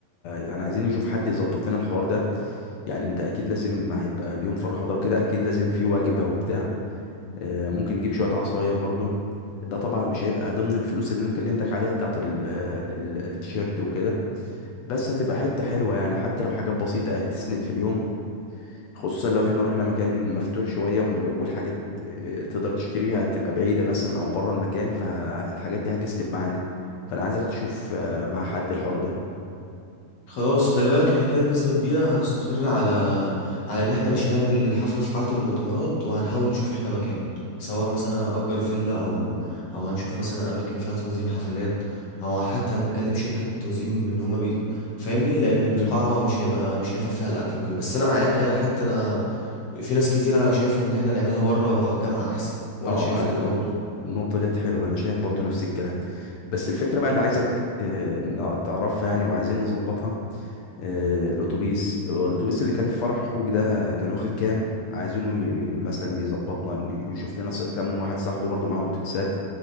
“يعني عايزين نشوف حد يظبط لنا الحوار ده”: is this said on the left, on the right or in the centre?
Left